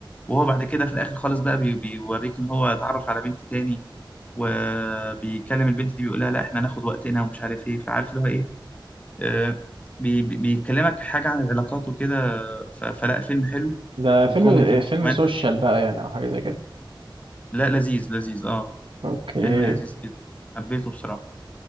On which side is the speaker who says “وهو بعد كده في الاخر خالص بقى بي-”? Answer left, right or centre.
Left